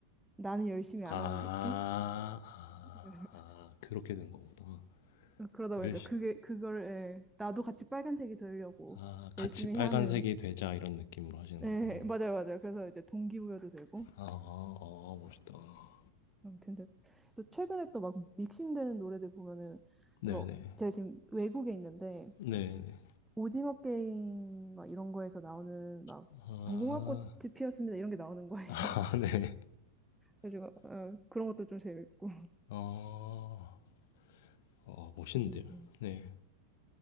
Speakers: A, in the centre; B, on the left.
A: 나는 열심히
B: 아.
A: 안 하는 느낌?
B: 아.
A: <laughs>
B: 아. 그렇게 되는 거구나.
A: 그러다 보니까
B: 열시
A: 그게 그걸 예, 나도 같이 빨간색이 되려고
B: 아 같이
A: 열심히
B: 빨간색이
A: 해야 하는
B: 되자 이런 느낌으로 하시는
A: 예,
B: 거군요.
A: 맞아요, 맞아요. 그래서 이제 동기부여도 되고.
B: 아. 아 아, 멋있다.
A: 음, 근데 또 최근에 또 막 믹싱되는 노래들 보면은
B: 네네.
A: 또 막 제가 지금 외국에 있는데
B: 네네.
A: 오징어 게임 막 이런 거에서 나오는 막
B: 아.
A: 무궁화 꽃이 피었습니다 이런 게 나오는 거예요.
B: <laughs> 아 네.
A: 그래가지고 어, 그런 것도 좀 재밌고
B: 어. 어 멋있는데요.
A: <laughs> 괜찮더라고요.
B: 네.